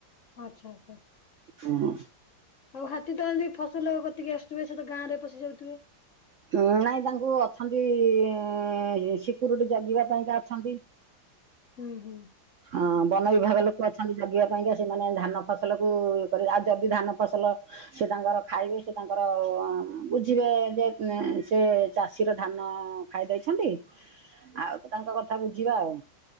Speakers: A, on the left; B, on the right.
A: ଓ ଆଚ୍ଛା ଆଚ୍ଛା।
B: ହୁଁ।
A: ଆଉ ହାତୀ ତ ଏମିତି ଫସଲ କତିକି ଆସୁଥେ ସେ ତ ଗାଁରେ ପଶି ଯାଉଥିବେ?
B: ଉଁ ନାଇଁ ତାଙ୍କୁ ଅଛନ୍ତି ଏ ଏ ସିକ୍ୟରିଟି ଜଗିବା ପାଇଁକା ଅଛନ୍ତି।
A: ହୁଁ ହୁଁ।
B: ହଁ ବନ ବିଭାଗ ଲୋକ ଅଛନ୍ତି? ମାଗିବା ପାଇଁକା ସେମାନେ ଧାନ ଫସଲକୁ ଇଏ କରି ଆଉ ଯଦି ଧାନ ଫସଲ ସେ ତାଙ୍କର ଖାଇବେ ସେ ତାଙ୍କର ହୁଁ ବୁଝିବାେ ଯେ ନେ ସେ ଚାଷୀର ଧାନ ଖାଇ ଦେଇଛନ୍ତି ଆଉ ତାଙ୍କ କଥା ବୁଝିବା ଆଉ